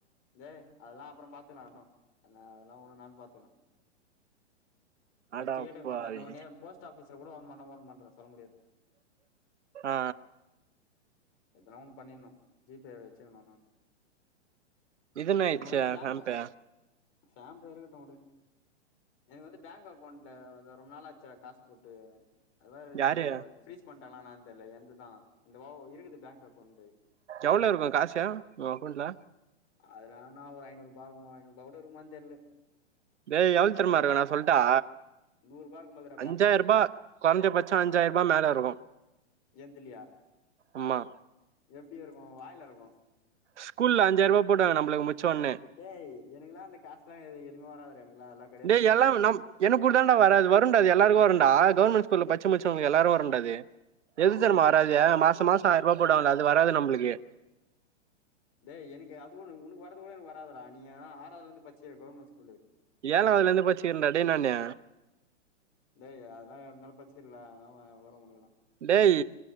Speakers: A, on the left (about 35°); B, on the right (about 75°).
A: டேய் அதெல்லா அப்புறம் பாத்துக்கலா ஆட்டு அதெல்லா ஒரு நாள் பாத்துக்லா first
B: அடப்பாவி
A: A T M card வந்த ஒடனே போஸ்ட் ஆபீஸ்ல கூட ஒன் பண்ண உடமாட்ர சொல்ல முடியாது
B: ஆ
A: எதன்னா ஒண்ணு பண்ணிட்ணு ஜி பே வெச்சிக்கணு நான்
B: இதுன்னு ஆயிடுச்சு
A: எனக்கு வந்து பேங்கா
B: ஹாம்பே
A: சம்பு இருக்கட்டு உடு எனக்கு வந்து பேங்க் அக்கௌண்ட்ல வந்து ரொம்ப நாளா ஆச்சுட காசு போட்டு அது வேறத்தை
B: யாரு
A: ஃப்ரீஸ் பண்டாங்லான்னான் தெரியல எந்து தான் இந்த வாவோ இருக்குது பேங்க் அக்கௌண்ட்
B: எவ்ளோ இருக்கொ காசு உ அக்கௌண்ட்ல
A: அதுலான ஒரு ஐநூறு ருபா இருக்குமோ ஐநூறு ருபா கூட இருக்குமா தெரில
B: டேய் எவ்ல்தெர்மா இருக்கு நா சொல்ட்டா
A: நூறுபா இருக்கும் அதுல
B: அஞ்சாயிர ரூபா கொறஞ்ச பச்சோ அஞ்சாயிர ரூபா மேலே இருக்கும்
A: எந்திலியா
B: ஆமா
A: எப்டி இருக்கு வாயில இருக்கும்
B: ஸ்கூல்ல அஞ்சாயிர ரூவா போடாங்க நம்மளுக்கு முச்சொன்னே
A: டேய் எனக்குல அந்த காசுலா எதுமே வராது எனக்குலா அதெல்லா
B: டேய் எல்லாம் நம் எனக்கு கூடுத்த தான்டா வராது வருண்டா எல்லாருக்கும் வரும்டா கவர்மெண்ட் ஸ்கூல பட்ச்சு முட்ச்சவங்களுக்கு எல்லாரு வரும்ண்டா அது எது தெரிம
A: டேய்
B: வராது மாச மாசோ ஆயிர ரூவா போடங்கல அது வராது நம்ளுக்கு
A: டேய் எனக்கு அதுனு உனக்கு வறது கூட எனக்கு வராதுட நீ ஏன் ஆறாதுல இருந்து படிச்சு கவர்மெண்ட் ஸ்கூலு
B: ஏழவதுல இருந்து படிச்சக்கிறேன்ட டேய் நானு
A: டேய் அதல்லாம் இருந்தாலும் பச்சிலா ஆன வரு ஒனுக்கலா
B: டேய்